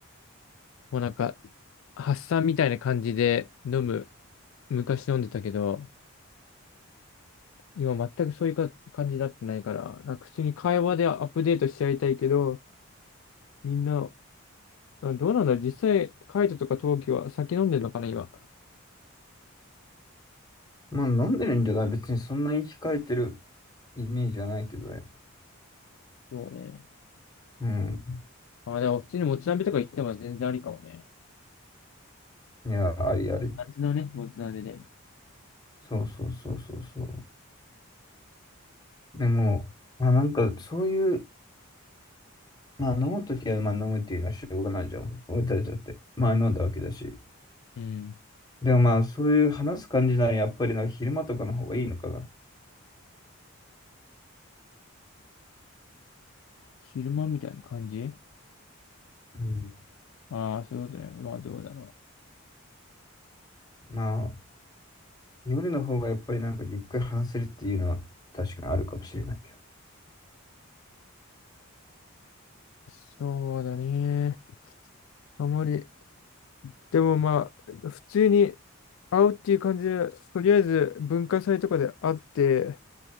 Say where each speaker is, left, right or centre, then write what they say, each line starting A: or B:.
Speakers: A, on the left; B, on the left.
A: もうなんか、発散みたいな感じで飲む、昔飲んでたけど、今全くそういうか感じになってないから、なんか普通に会話でアップデートしちゃいたいけど、みんなうんどうなんだろう実際、カイトとか陶器は酒飲んでるのかな、今。
B: まあ飲んでるんじゃない別にそんなに控えてるイメージはないけどね。
A: そうね。
B: うん。
A: あ、でも普通にもつ鍋とか行っても全然ありかもね。
B: いや、ありあり。
A: 夏のね、もつ鍋で。
B: そうそうそうそうそう。でも、まあなんかそういう、まあ飲むときはまあ飲むっていうのはしょうがないじゃん。置いてあるゃって。まあ飲んだわけだし。
A: うん。
B: でもまあそういう話す感じならやっぱりなんか昼間とかの方がいいのかな。
A: 昼間みたいな感じ
B: うん。
A: ああー、そういうことね。まあどうだろ
B: まあ夜の方がやっぱりなんかゆっくり話せるっていうのは確かにあるかもしれないけど。
A: うそうだね。あまり。でもまあ、普通に会うっていう感じで、とりあえず文化祭とかで会って、